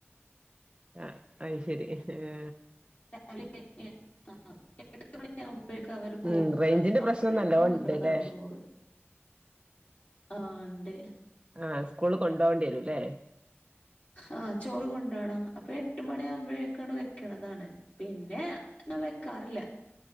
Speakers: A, on the right; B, on the left.
A: ആ അത് ശരി ആ
B: രാവിലെ <unintelligible> അ എട്ട് മണി ഒക്കെ ആകുമ്പഴേക്കും അവര് പോവും
A: ഉം റേഞ്ചിന്റെ
B: അപ്പഴേക്കും
A: പ്രശ്നം നല്ലോ ഉണ്ട്ല്ലേ
B: വെക്കണതാണ് ചോറ്. ആണ്ടേ.
A: ആഹ് സ്കൂളില് കൊണ്ടോവെണ്ടി വെരുംല്ലേ.
B: ആഹ് ചോറ് കൊണ്ടോണം അപ്പ എട്ട് മണിയാകുമ്പഴേക്ക് വെക്കണതാണ്. പിന്നെ ന്ന വെക്കാറില്ല.